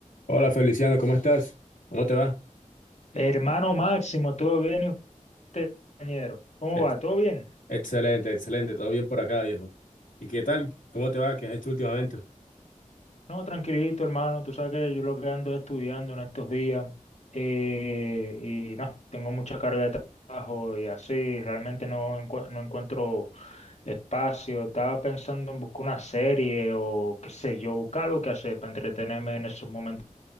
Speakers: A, on the left (about 80°); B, on the left (about 55°).
A: Hola Feliciano, ¿cómo estás? ¿Cómo te va?
B: Hermano Máximo, ¿todo bien y usted, compañero? ¿Cómo
A: Ex-
B: va? ¿Todo bien?
A: excelente, excelente, todo bien por acá, viejo. ¿Y qué tal? ¿Cómo te va? ¿Qué has hecho últimamente?
B: No, tranquilito, hermano. Tú sabes que yo lo que ando estudiando en estos días eh, y no, tengo mucha carga de trabajo y así, realmente no, encu- no encuentro espacio. Estaba pensando en buscar una serie o qué sé yo, buscar algo que hacer para entretenerme en esos momentos